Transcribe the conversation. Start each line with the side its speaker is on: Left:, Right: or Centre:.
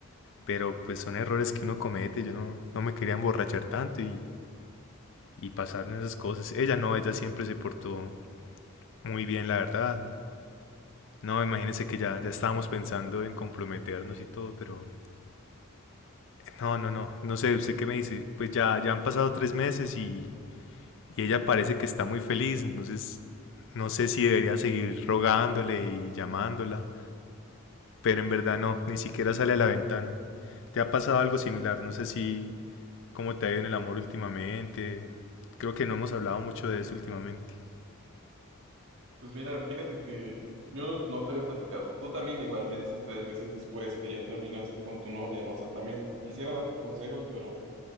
Left: Pero pues son errores que uno comete. Yo no, no me quería emborrachar tanto y, y pasar en esas cosas. Ella no, ella siempre se portó muy bien, la verdad. No, imagínense que ya, ya estábamos pensando en comprometernos y todo, pero no, no, no, no sé, ¿usted qué me dice? Pues ya, ya han pasado tres meses y, y ella parece que está muy feliz, entonces no sé si debería seguir rogándole y llamándola, pero en verdad no, ni siquiera sale a la ventana. ¿Te ha pasado algo similar? No sé si, ¿Cómo te ha ido en el amor últimamente? Creo que no hemos hablado mucho de eso últimamente.
Right: Pues mira, fíjate que yo no, no te había platicado. Tú también igual me dices tres meses después que ya terminaste con tu novia, ¿no? O sea, también quisiera darte consejos, pero